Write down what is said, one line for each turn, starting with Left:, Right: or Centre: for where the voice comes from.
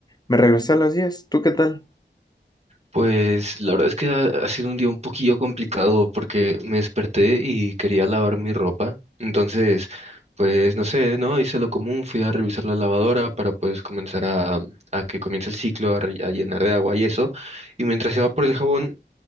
Left: me regresé a las diez ¿Tú qué tal?
Right: Pues la verdad es que ha, ha sido un día un poquillo complicado porque me desperté y quería lavar mi ropa. Entonces, pues no sé, ¿no? Hice lo común, fui a revisar la lavadora para pues comenzar a, a que comience el ciclo, a, re- a llenar de agua y eso. Y mientras iba por el jabón,